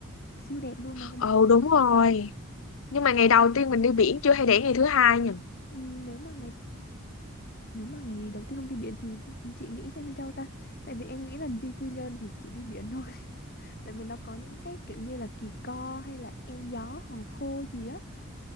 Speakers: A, on the left (about 45°); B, on the left (about 65°).
A: siêu đẹp luôn nó không-
B: Ồ đúng rồi. Nhưng mà ngày đầu tiên mình đi biển chưa hay để ngày thứ hai nhỉ?
A: Ừm, nếu mà ngày Nếu mà ngày đầu tiên không đi biển thì chị nghĩ xem đi đâu ta? Tại vì em nghĩ là đi Quy Nhơn thì chỉ đi biển thôi. <laughs> Tại vì nó có những cái kiểu như là Kỳ Co hay là Eo Gió, Hòn Khô gì á.